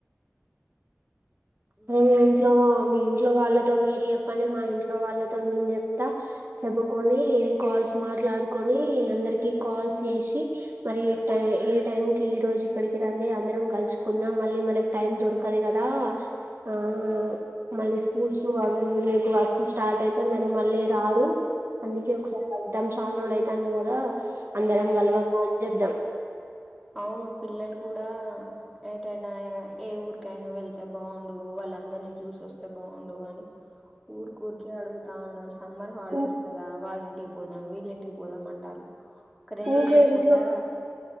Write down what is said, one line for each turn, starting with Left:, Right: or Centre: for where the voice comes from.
Centre: ఉమ్
Right: మీ ఇంట్లో మా మీ ఇంట్లో వాళ్ళతో మీరు చెప్పండి మా ఇంట్లో వాళ్ళతో నేను చెప్తా చెప్పుకొని కాల్స్ మాట్లా మాట్లాడుకొని అందరికి కాల్స్ చేసి మరి ఈ టై ఈ టైంకి ఈ రోజు ఇక్కడికి రండి అందరం కలుచుకుందాం మళ్ళీ మనకి టైం దొరకదు కదా ఆ మళ్ళీ స్కూల్స్ <unintelligible> వర్క్స్ స్టార్ట్ అయితే మీరు మళ్ళీ రారు అందుకే ఒకసారి కలుద్దాం చాలా రోజులు అయితాంది కదా అందరం
Centre: ఉమ్
Right: గలవక అని చెప్దాం
Centre: అవును పిల్లలు కూడా ఏటైనా ఏ ఊరికైనా వెళ్తే బాగుండు వాళ్ళందర అందరిని చూసి వస్తే బాగుండు అని ఊర్కరిక అడుగుతా ఉన్నారు సమ్మర్ హాలిడేస్
Right: ఊ
Centre: కదా వాళ్ళ ఇంటికి పోదాం వీళ్ళు ఇంటికి పోదాం అంటారు కరెంటు
Right: ఊకే
Centre: పోకుండా
Right: ఇంట్లో